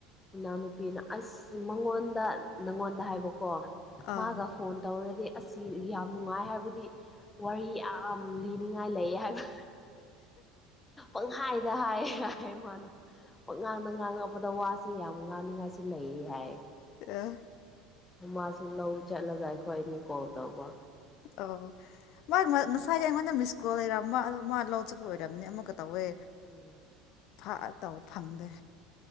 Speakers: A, on the left (about 15°); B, on the left (about 60°).
A: ꯏꯅꯥꯎꯅꯨꯄꯤꯅ ꯑꯁ ꯃꯉꯣꯟꯗ ꯅꯪꯉꯣꯟꯗ ꯍꯥꯏꯕꯀꯣ
B: ꯑꯣ
A: ꯃꯥꯒ ꯐꯣꯟ ꯇꯧꯔꯗꯤ ꯑꯁꯤ ꯌꯥꯝ ꯅꯨꯡꯉꯥꯏ ꯍꯥꯏꯕꯗꯤ ꯋꯥꯔꯤ ꯌꯥꯝ ꯂꯤꯅꯤꯡꯉꯥꯏ ꯂꯩ ꯍꯥꯏꯕ ꯪ ꯍꯥꯏꯗ ꯍꯥꯏ ꯍꯥꯏ ꯃꯥꯅ ꯄꯛ ꯉꯥꯡꯕ ꯉꯥꯡꯉꯛꯄꯗ ꯋꯥꯁꯤ ꯌꯥꯝ ꯉꯥꯡꯅꯤꯡꯉꯥꯏꯁꯨ ꯂꯩ ꯍꯥꯏ
B: ꯑ
A: ꯃꯥꯁꯨ ꯂꯧ ꯆꯠꯂꯒ ꯑꯩꯈꯣꯏ ꯑꯅꯤ ꯀꯣꯜ ꯇꯧꯕ
B: ꯑꯣ ꯃꯥꯒꯤ ꯉꯁꯥꯏꯗꯤ ꯑꯩꯉꯣꯟꯗ ꯃꯤꯁꯀꯣꯜ ꯂꯩꯔꯃ ꯑꯗꯣ ꯃꯥ ꯂꯧꯁꯤꯕꯨ ꯑꯣꯏꯔꯝꯅꯦ ꯑꯃꯨꯛꯀ ꯇꯧꯋꯦ
A: ꯎꯝ
B: ꯐꯥ ꯇꯕ ꯐꯪꯗꯦ